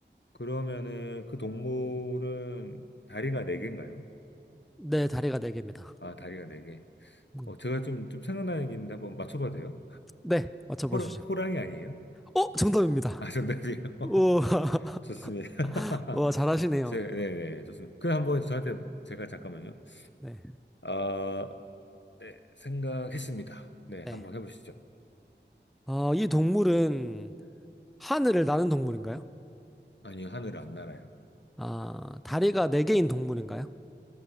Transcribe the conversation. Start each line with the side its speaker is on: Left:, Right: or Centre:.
Left: 그러면은 그 동물은 다리가 네개인가요
Centre: 네, 다리가 네 개입니다.
Left: 아, 다리가 네개
Centre: 음.
Left: 어, 제가 좀, 좀 생각나는 게 있는데 한번 맞춰봐도 돼요?
Centre: 네. 맞춰보시죠.
Left: 호랑, 호랑이 아니에요?
Centre: 어, 정답입니다.
Left: 아, 정답이에요. <laughs>
Centre: 우와. <laughs>
Left: 좋습니다. <laughs>
Centre: 우와, 잘하시네요.
Left: 제, 네네, 좋습니다. 그 한번 저한테, 제가 잠깐만요.
Centre: 네.
Left: 아, 네, 생각했습니다. 네,
Centre: 네.
Left: 한번 해보시죠.
Centre: 어, 이 동물은 하늘을 나는 동물인가요?
Left: 아니요, 하늘 안 날아요.
Centre: 아, 다리가 네 개인 동물인가요?